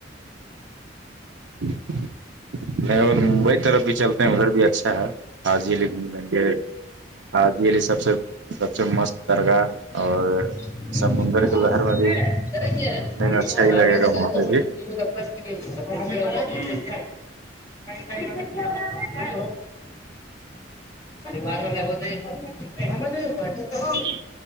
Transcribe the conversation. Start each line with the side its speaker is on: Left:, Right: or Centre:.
Right: نہیں اور ممبئی طرف بھی چلتے ہیں ادھر بھی اچھا ہے حاضی علی گھوم لیں گے حاضی علی سب سے سب سے مست درگاہ
Left: <unintelligible>
Right: اور سمندر کی لہر میں بھی گھومنے میں اچھا ہی لگے گا وہاں پہ بھی
Left: <unintelligible> وار وال ہو ہم <unintelligible>
Right: جی